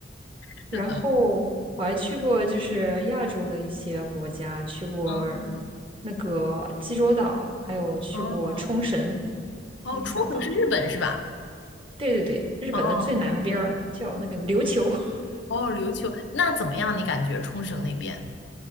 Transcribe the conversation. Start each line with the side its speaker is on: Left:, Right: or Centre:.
Left: <laughs>
Right: 然后我还去过就是亚洲的一些国家，
Left: 是的，
Right: 去过
Left: 嗯，
Right: 那个济州岛，还有去过冲绳
Left: 哦，哦，
Right: 那小岛。
Left: 冲绳是日本是吧？
Right: 对对对，日本的最南边儿叫那个琉球。
Left: 哦，
Right: <laughs>
Left: 哦，琉球，那怎么样？你感觉冲绳那边？